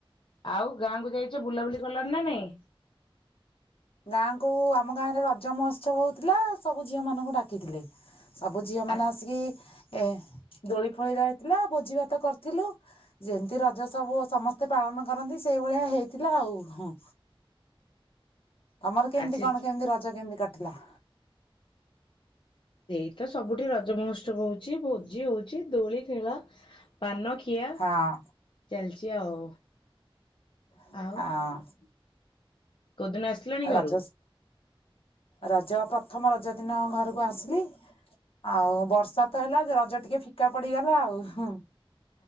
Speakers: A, on the left; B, on the left.
A: ଆଉ ଗାଁ କୁ ଯାଇଛ ବୁଲାବୁଲି କଲଣି ନା ନାଇଁ।
B: ଗାଁକୁ ଆମ ଗାଁ ରେ ରଜ ମହୋତ୍ସବ ହଉଥିଲା ସବୁ ଝିଅ ମାନଙ୍କୁ ଡାକିଥିଲେ। ସବୁ ଝିଅ ମାନେ
A: ଆସି
B: ଆସିକି ଏ ଦୋଳି ଫୋଳି ରହିଥିଲା ଭୋଜି ଭାତ କରିଥିଲୁ। ଯେମିତି ରଜ ସବୁ ସମସ୍ତେ ପାଳନ କରନ୍ତି ସେଇ ଭଳିଆ ହେଇଥିଲା ଆଉ ହଁ ତମର କେମିତି
A: ଆସି
B: କଣ କେମିତି ରଜ କେମିତି କଟିଲା?
A: ସେଇ ତ ସବୁଠି ରଜ ମହୋତ୍ସବ ହଉଚି, ଭୋଜି ହଉଚି, ଦୋଳି ଖେଳା। ପାନ ଖିଆ
B: ହଁ
A: ଚାଲିଚି ଆଉ।
B: ହଁ।
A: ଆଉ କୋଉଦିନ ଆସିଲାଣି
B: ଆଉ
A: ଘରୁ?
B: ରଜସ୍ ରଜ, ପ୍ରଥମ ରଜ ଦିନ ଘରକୁ ଆସିଲି ଆଉ ବ ବର୍ଷା ତ ହେଲା ରଜ ଟିକେ ଫିକା ପଡିଗଲା ଆଉ ହଁ